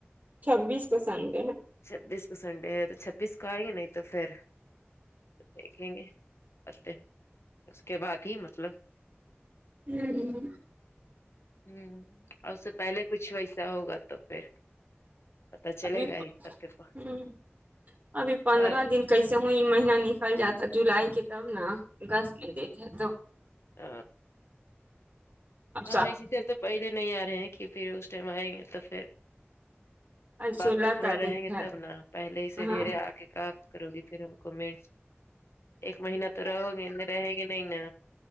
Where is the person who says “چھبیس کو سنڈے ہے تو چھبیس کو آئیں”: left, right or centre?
Left